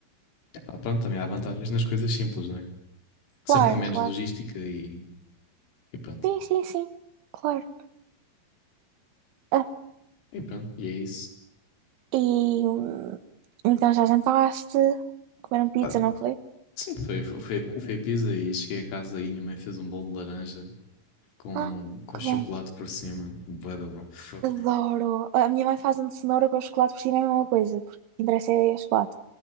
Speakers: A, on the left; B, on the right.
A: Pá, pronto, também há vantagens nas coisas simples, não é? Sempre
B: Claro,
A: é menos
B: claro.
A: logística e, e pronto.
B: Sim, sim, sim, claro. Ah,
A: E pronto, e é isso.
B: e hum, então já jantaste, comeram pizza,
A: Pá,
B: não foi?
A: sim, foi, foi, foi, foi a pizza e cheguei a casa e minha mãe fez um bolo de laranja com,
B: Ah,
A: com
B: que
A: chocolate
B: bom.
A: por cima. Bué da bom. Fuck.
B: Adoro. A minha mãe faz um de cenoura com chocolate por cima, é a mesma coisa, porque o que interessa é chocolate.